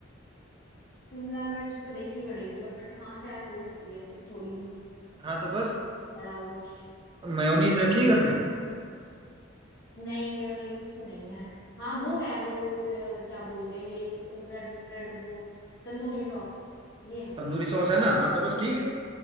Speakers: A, on the left; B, on the right.
A: शिमला मिर्च तो देखनी पड़ेगी बट हाँ शायद हो सकती है छो- थोड़ी सी
B: हाँ तो बस
A: पड़ा हो कुछ
B: मेयोनीज रखी है घर में
A: नहीं मेयोनीज तो नहीं है हाँ वो है वो अ, क्या बोलते हैं ये रेड रेड वो तंदूरी सॉस ये है
B: तंदूरी सॉस है ना हाँ तो बस ठीक है